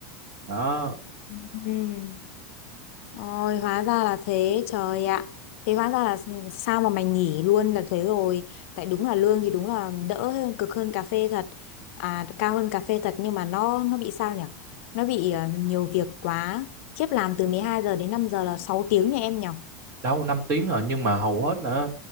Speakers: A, on the right; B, on the left.
A: đó
B: ừ. Ôi, hóa ra là thế, trời ạ. Thế hóa ra là sao mà mày nghỉ luôn là thế rồi. Tại đúng là lương thì đúng là đỡ hơn, cực hơn cà phê thật. À, cao hơn cà phê thật nhưng mà nó nó bị sao nhỉ? Nó bị ờ, nhiều việc quá. Chiếp làm từ 12 giờ đến năm giờ là sáu tiếng nha em nhỉ?
A: đâu 5 tiếng rồi nhưng mà hầu hết là